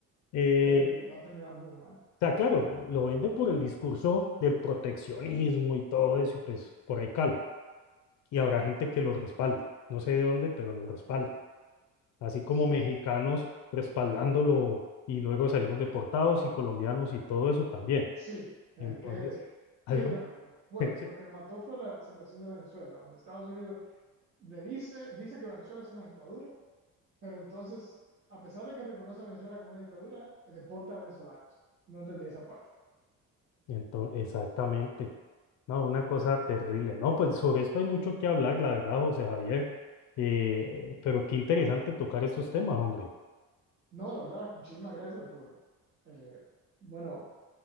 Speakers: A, on the left (about 60°); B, on the right (about 30°).
A: eh,
B: terrible, va a terminar muy mal.
A: sea, claro, lo vende por el discurso del proteccionismo y todo eso, y pues por ahí cala. Y habrá gente que lo respalde. No sé de dónde, pero lo respalda. Así como
B: Sí.
A: mexicanos respaldándolo y luego salieron deportados y colombianos y todo eso también.
B: Sí, eh,
A: Entonces,
B: qué,
A: algo.
B: qué irónico. Bueno,
A: <laughs>
B: lo que me mató fue la situación de Venezuela, donde Estados Unidos le dice, dice que Venezuela es una dictadura, pero entonces, a pesar de que reconoce a Venezuela como una dictadura, eh, deporta a venezolanos. No entendí esa parte.
A: Entonces, exactamente. No, una cosa terrible. No, pues sobre esto hay mucho que hablar, la verdad, José Javier. Eh, pero qué interesante tocar estos temas, hombre.
B: No, la verdad, muchísimas gracias por, eh, bueno,